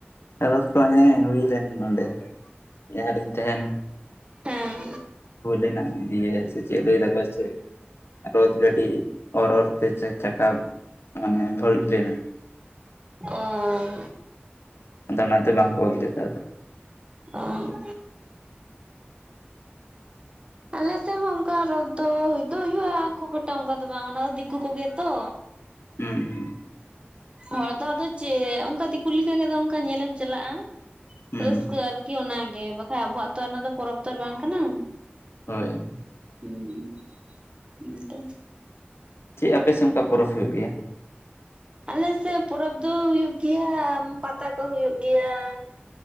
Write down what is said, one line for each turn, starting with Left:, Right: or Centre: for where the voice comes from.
Left: ᱮᱸ ᱨᱚᱛ ᱠᱚ ᱦᱮᱸ ᱦᱩᱭ ᱞᱮᱱ ᱱᱚᱰᱮ, ᱡᱟᱦᱟᱸ ᱨᱤᱧ ᱛᱟᱦᱮᱸᱱ᱾
Right: ᱦᱮᱸ
Left: ᱦᱩᱭ ᱞᱮᱱᱟ ᱫᱤᱭᱮ ᱥᱮ ᱪᱮᱫ ᱞᱟᱹᱭᱫᱟ ᱠᱚ ᱡᱮ ᱨᱚᱛᱷ ᱜᱟᱹᱰᱤ ᱚᱨ ᱚᱨ ᱛᱮ ᱪᱟ ᱪᱟᱠᱟ ᱢᱟᱱᱮ ᱵᱷᱟᱹᱲᱩᱡ ᱞᱮᱱᱟ᱾
Right: ᱚᱸ᱾
Left: ᱟᱫᱚ ᱚᱱᱟᱛᱮ ᱵᱟᱝᱠᱚ -ᱚᱨ ᱞᱮᱫᱟ ᱟᱫᱚ᱾
Right: ᱚᱸᱻ᱾ ᱟᱞᱮ ᱥᱮᱫ ᱦᱚᱸ ᱚᱝᱠᱟ ᱨᱚᱛ ᱫᱚ ᱦᱩᱭ ᱫᱚ ᱦᱩᱭᱩᱜᱼᱟ, ᱠᱷᱩᱵ ᱮᱠᱴᱟ ᱚᱝᱠᱟ ᱫᱚ ᱵᱟᱝ, ᱚᱱᱟ ᱫᱚ ᱫᱤᱠᱩ ᱠᱚᱜᱮ ᱛᱚ᱾
Left: ᱦᱩᱸ᱾
Right: ᱦᱚᱲ ᱫᱚ ᱟᱫᱚ ᱪᱮᱫ ᱚᱝᱠᱟ ᱫᱤᱠᱩ ᱞᱮᱠᱟ ᱜᱮ ᱟᱫᱚ ᱚᱝᱠᱟ ᱧᱮᱞᱮᱢ ᱪᱟᱞᱟᱜᱼᱟ ᱾
Left: ᱦᱩᱸ
Right: ᱨᱟᱹᱥᱠᱟᱹ ᱟᱨᱠᱤ ᱚᱱᱟᱜᱮ, ᱵᱟᱠᱷᱟᱡ ᱟᱵᱚᱣᱟᱜ ᱛᱚ ᱚᱱᱟ ᱫᱚ ᱯᱚᱨᱚᱵᱽ ᱛᱚ ᱟᱨ ᱵᱟᱝ ᱠᱟᱱᱟ ᱾
Left: ᱦᱳᱭ᱾
Right: ᱦᱩᱸ, ᱦᱮᱸ ᱛᱚ᱾
Left: ᱪᱮᱫ ᱟᱯᱮ ᱥᱮᱫ ᱚᱝᱠᱟ ᱯᱚᱨᱚᱵᱽ ᱦᱩᱭᱩᱜ ᱜᱮᱭᱟ?
Right: ᱟᱞᱮ ᱥᱮᱜ ᱯᱚᱨᱚᱵᱽ ᱫᱚ ᱦᱩᱭᱩᱜ ᱜᱮᱭᱟ ᱯᱟᱛᱟ ᱠᱚ ᱦᱩᱭᱩᱜ ᱜᱮᱭᱟ ᱾